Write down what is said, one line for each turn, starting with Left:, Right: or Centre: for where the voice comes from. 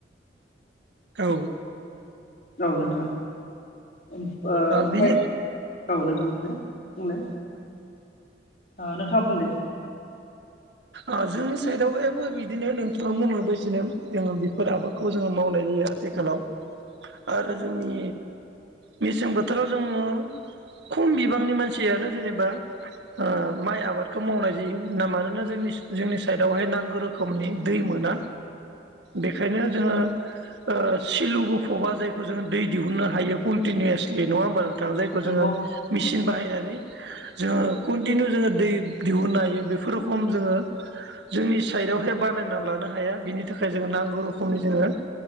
Right: औ
Left: औ नोंथां। ओम ओ ओमफाय
Right: बिनि
Left: औ नोंथां बुंलाय बुंलाय। ओ नोंथाङा बुं दे।
Right: ओ जोंनि साइदावहायबो बिदिनो नोंथाङा बुंनायबायदिनो जोङो बेफोर आबादखौ जोङो मावनाय जायो आथिखालाव आरो जोंनि मेसें बोथोराव जोङो खम बिबांनि मानसियानो जेनेबा ओ माइ आबादखौ मावनाय जायो ना मानोना जोंनि जोंनि साइडआवहाय नांगौ रोखोमनि दै मोना बेखायनो जोङो ओ सिलु बुफबा जायखौ जोङो दै दिहुननो हायो कन्टिनिउवासलि नङा होमबा नों? ओ जायखौ
Left: नंगौ
Right: जोङो मिसिन बाहायनानै नै जोङो कन्टिनिउ जोङो दै दिहुननो हायो बेफोर रोखम जोङो जोंनि साइडआवहाय बानायना लानो हाया बिनि थाखाय जोङो नांगौ रोखोमनि जोङो